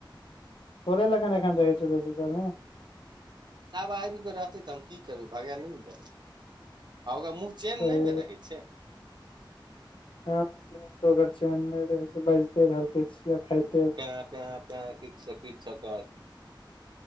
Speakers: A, on the left (about 85°); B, on the right (about 60°).
A: तोरे लगान एखन रहै छ बेसी काल ने
B: आब आबि के रहते तऽ हम की करबै भगा नैने देबै आ ओकर मुंह चेन
A: सही
B: नहि ने रहै छै
A: ह माथो ओकर चैन नहि रहै छै बाजते रहल किछु या खाइते रहल
B: पे पे किछ कीछ सकर